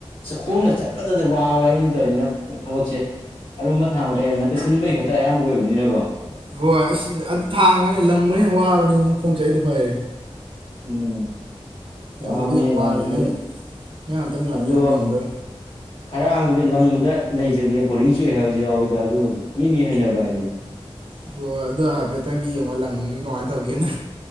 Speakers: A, on the left; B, on the right.
A: ꯈꯣꯡꯅ ꯆꯠ ꯐꯠꯇꯗ ꯋꯥꯕ ꯑꯩꯅ ꯇꯧꯅꯤꯅꯣꯏ ꯊꯕꯛꯁꯦ ꯑꯔꯨꯝꯕ ꯊꯥꯕ ꯀꯌꯥ ꯅꯠꯇ ꯏꯟꯕꯒꯤ ꯈꯛꯇ ꯑꯌꯥꯝꯕ ꯑꯣꯏꯕꯅꯤꯅꯀꯣ
B: ꯍꯣꯏ ꯑꯁ ꯑꯗꯨ ꯊꯥꯡꯕꯅꯦ ꯂꯪꯕꯅꯦ ꯋꯥꯕꯅꯤꯨꯡ ꯈꯣꯡꯆꯠ ꯑꯩꯗꯣ ꯐꯩ ꯍꯥꯏꯔꯤ
A: ꯎꯝ
B: ꯂꯪꯕꯗꯨꯣ
A: ꯋꯥꯕꯅꯤꯍꯦ
B: ꯌꯥꯝ
A: ꯂꯪꯕꯁꯦ
B: ꯋꯥꯔꯦ ꯅꯪ ꯅꯪ ꯉꯍꯥꯛꯇꯪ ꯂꯪꯅꯤꯡꯕ
A: ꯑꯗꯣ
B: ꯉꯝꯕ꯭ꯔꯣ
A: ꯈꯔ ꯑꯃꯗꯤꯗꯤ ꯂꯪꯕꯗ ꯂꯩꯖꯗꯦ ꯕꯣꯔꯤꯡ ꯆꯨꯏꯑꯦ ꯍꯥꯏꯕꯁꯨ ꯌꯥꯎꯋꯤꯗ ꯑꯗꯨꯕꯨꯗꯤ ꯃꯤ ꯃꯤ ꯍꯩꯅꯕ ꯍꯥꯏꯗꯨꯅꯤ
B: ꯍꯣꯏꯣꯏ ꯑꯗꯣ ꯍꯥꯏꯐꯦꯠꯇꯪꯒꯤ ꯌꯦꯡꯉꯣ ꯂꯪꯉꯒ ꯀꯃꯥꯏ ꯇꯧꯒꯦꯅ